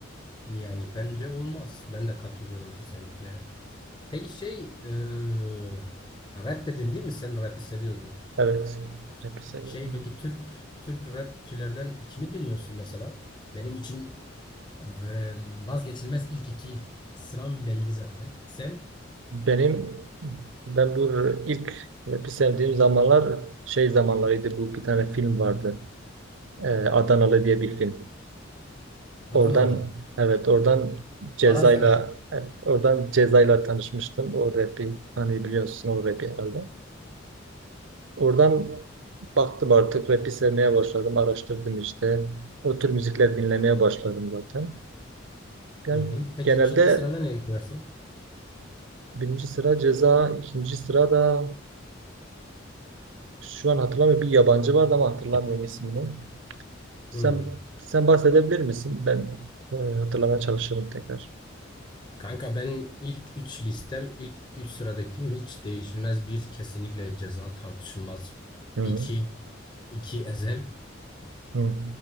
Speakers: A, on the left; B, on the right.
A: yani bence olmaz. Ben de katılıyorum kesinlikle. Peki şey eee, rap dedin değil mi? Sen rap'i seviyordun.
B: Evet. Rap'i seviyorum
A: Şey peki
B: ben.
A: Türk Türk rapçilerden kimi dinliyorsun mesela? Benim için eee, vazgeçilmez ilk iki sıram belli zaten. Sen
B: Benim ben bu ilk rap'i sevdiğim zamanlar şey zamanlarıydı. Bu bir tane film vardı. Ee, Adanalı diye bir film.
A: Adanalı.
B: Oradan evet oradan Ceza'yla
A: Maraz Ali.
B: evet, oradan Ceza'yla tanışmıştım. O rap'i hani biliyorsun o rap'i herhalde. Oradan baktım artık rap'i sevmeye başladım. Araştırdım işte. O tür müzikler dinlemeye başladım zaten. Yani
A: Hı hı. Peki
B: genelde
A: ikinci sırana ne ekliyorsun?
B: birinci sıra ceza, ikinci sıra da şu an hatırlamıyorum bir yabancı vardı ama hatırlamıyorum ismini. Sen
A: Hı.
B: sen bahsedebilir misin? Ben e, hatırlamaya çalışırım tekrar.
A: Kanka ben ilk üç listem ilk üç sıradakim hiç değişilmez bir kesinlikle ceza tartışılmaz.
B: Hı
A: İki, iki Ezel.
B: hı.